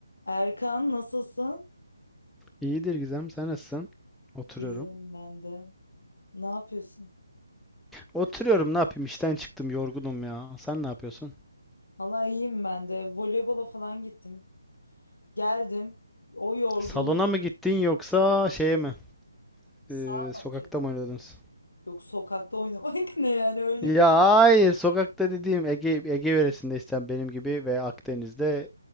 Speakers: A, on the left; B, in the centre.
A: Erkan nasılsın?
B: İyidir Gizem, sen nasılsın? Oturuyorum.
A: İyiyim ben de. Ne yapıyorsun?
B: Oturuyorum, ne yapayım? işten çıktım, yorgunum ya. Sen ne yapıyorsun?
A: Valla iyiyim ben de. Voleybola falan gittim. Geldim. O yorgun
B: Salona mı gittin yoksa şeye mi?
A: sağ
B: Ee,
A: maçı.
B: sokakta mı oynadınız?
A: Yok sokakta oynamak <laughs> ne yani öyle
B: Ya
A: bir
B: hayır, sokakta dediğim Ege, Ege yöresindeysen benim gibi ve Akdeniz'de